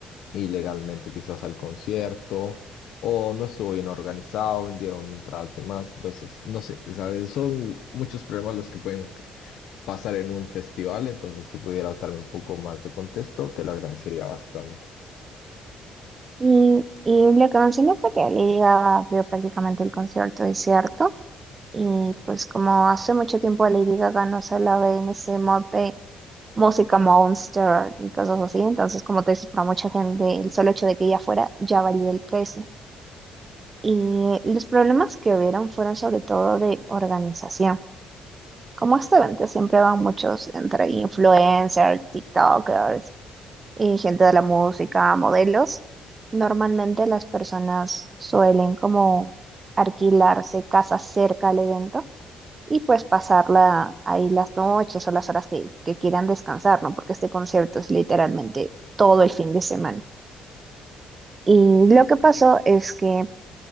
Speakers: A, on the left (about 75°); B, on the right (about 40°).
A: ilegalmente quizás al concierto o no estuvo bien organizado, vendieron entradas de más. Entonces, no sé, o sea, son muchos problemas los que pueden c- pasar en un festival, entonces si pudieras darme un poco más de contexto, te lo agradecería bastante.
B: Y, y lo que mencionó fue que Lady Gaga abrió prácticamente el concierto, es cierto. Y pues como hace mucho tiempo a Lady Gaga no se la ve en ese mod de música monster y cosas así, entonces como te dices, para mucha gente el solo hecho de que ella fuera ya valía el precio. Y los problemas que hubieron fueron sobre todo de organización. Como este evento siempre van muchos entre influencers, TikTokers y gente de la música, modelos, normalmente las personas suelen como alquilarse casas cerca al evento y pues pasarla ahí las noches o las horas que, que quieran descansar, ¿no? Porque este concierto es literalmente todo el fin de semana. Y lo que pasó es que